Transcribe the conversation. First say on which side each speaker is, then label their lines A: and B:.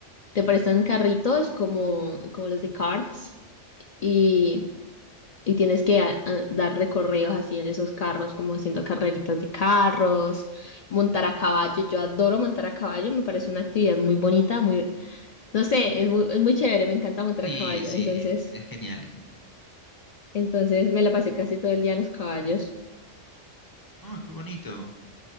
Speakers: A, on the left; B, on the left.
A: te prestan carritos como, como los de carts. Y Y tienes que a- a- dar recorridos así en esos carros, como haciendo carreritas de carros, montar a caballo. Yo adoro montar a caballo, me parece una actividad muy bonita, muy, no sé, es muy, es muy chévere, me encanta montar
B: Sí,
A: a caballo.
B: sí,
A: Entonces,
B: es genial, es genial.
A: entonces me la pasé casi todo el día en los caballos.
B: Oh, qué bonito,